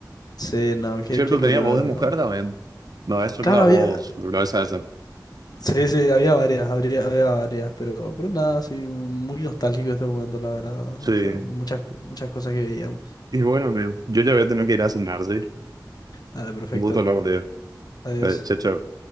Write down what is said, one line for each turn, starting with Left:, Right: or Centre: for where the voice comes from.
Left: Sí, no, qué,
Right: Cierto,
Left: qué locura.
Right: tenía voz de mujer también. No, eso
Left: Claro,
Right: es la voz,
Left: había,
Right: ¿verdad? Esa, esa.
Left: sí, sí, había varias, habría- había, varias, pero, pero nada, sí, muy nostálgico este momento, la verdad.
Right: Sí.
Left: O sea, muchas, muchas cosas que veíamos.
Right: Y bueno, amigo, yo ya voy a tener que ir a cenar, ¿sí?
Left: Dale, perfecto.
Right: Un gusto hablar contigo.
Left: Adiós.
Right: Eh, chao, chao.